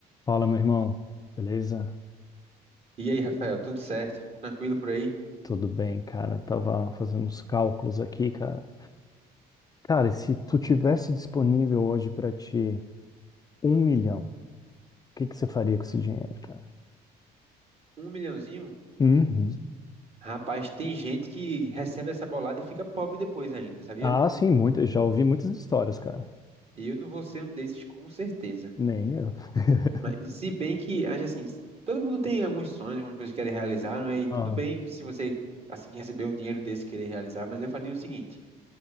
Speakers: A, on the left (about 20°); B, on the right (about 35°).
A: Fala, meu irmão. Beleza?
B: E aí, Rafael, tudo certo? Tranquilo por aí?
A: Tudo bem, cara. Tava fazendo uns cálculos aqui, cara. Cara, e se tu tivesse disponível hoje pra ti um milhão, o que que você faria com esse dinheiro, cara?
B: Um milhãozinho?
A: Uhum.
B: Rapaz, tem gente que recebe essa bolada e fica pobre depois ainda, sabia?
A: Ah, sim, muito. Já ouvi muitas histórias, cara.
B: E eu não vou ser um desses com certeza.
A: Nem eu. <laughs>
B: Mas se bem que, acho assim, todo mundo tem alguns sonhos, algumas coisas que querem realizar, não é? E tudo
A: Ah,
B: bem se você, assim que receber um dinheiro desse, querer realizar, mas eu faria o seguinte: